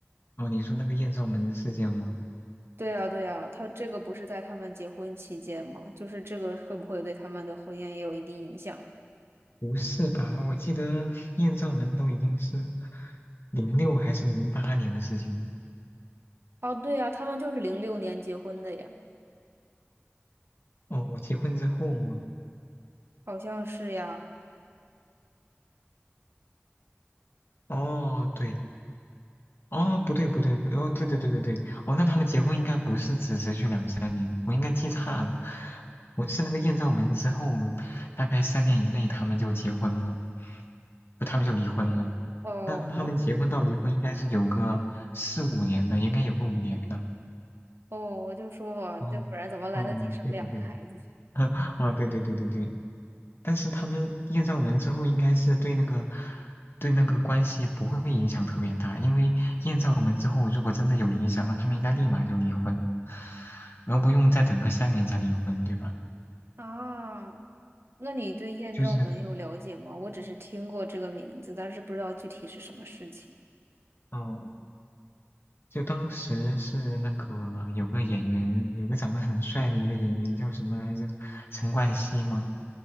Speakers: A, on the left; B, on the right.
A: 哦，你说那个艳照门事件吗？
B: 对啊，对啊，他这个不是在他们结婚期间吗？就是这个会不会对他们的婚姻也有一定影响呀？
A: 不是吧？我记得艳照门都已经是零六还是零八年的事情
B: 哦，对呀，他们就是零六年结婚的呀，
A: 了。哦，结婚之后吗？
B: 好像是呀。
A: 哦，对，哦，不对，不对，不对，哦，对对对对对，哦，那他们结婚应该不是只持续两三年，我应该记差了，我是那个艳照门之后，大概三年以内他们就结婚了，不，他们就离婚了。
B: 哦哦
A: 那他们结婚到离婚应该是有个四五年的，应该有个五年的。
B: 哦，我就说吧，
A: 哦，
B: 要不然怎么来得及生两个孩子
A: 哦，对对对，<laughs> 啊，对对对对对，但是他们艳照门之后，应该是对那个对那个关系不会影响特别大，因为艳照门之后，如果真的有影响，那他们应该立马就离婚，然后不用再等个三年再离婚，对吧？
B: <laughs> 啊？那你对艳照门有了解吗？
A: 就是，
B: 我只是听过这个名字，但是不知道具体是什么事情。
A: 嗯、就当时是那个有个演员，有个长得很帅的一个演员叫什么来着？陈冠希吗？